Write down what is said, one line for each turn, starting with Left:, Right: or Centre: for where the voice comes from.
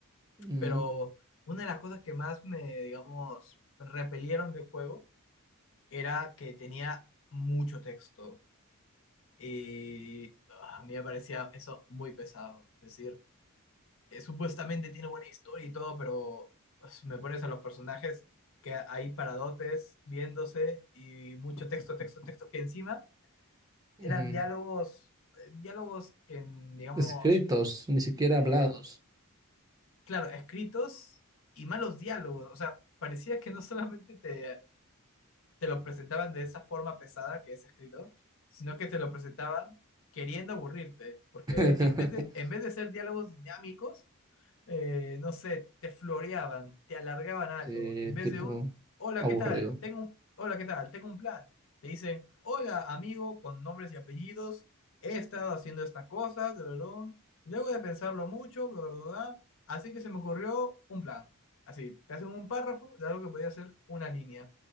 Right: mm,
Left: Pero una de las cosas que más me, digamos, repelieron del juego era que tenía mucho texto y ah, a mí me parecía eso muy pesado. Es decir, eh, supuestamente tiene buena historia y todo, pero pues, me pones a los personajes que ahí paradotes viéndose y mucho texto, texto, texto, que encima
Right: mm,
Left: eran diálogos, eh, diálogos que, digamos,
Right: escritos, ni siquiera
Left: eh,
Right: hablados.
Left: claro, escritos y malos diálogos. O sea, parecía que no solamente te te lo presentaban de esa forma pesada que es escrito, sino que te lo presentaban queriendo aburrirte, porque
Right: <laughs>
Left: en vez de, en vez de ser diálogos dinámicos, eh, no sé, te floreaban, te alargaban algo,
Right: Sí,
Left: en vez
Right: tipo
Left: de un, hola,
Right: aburrido.
Left: ¿qué tal? Tengo un, hola, ¿qué tal? Tengo un plan. Te dicen, hola, amigo, con nombres y apellidos, he estado haciendo esta cosa, drolón, luego de pensarlo mucho, bla, bla, bla, así que se me ocurrió un plan. Así, te hacen un párrafo de algo que podía ser una línea.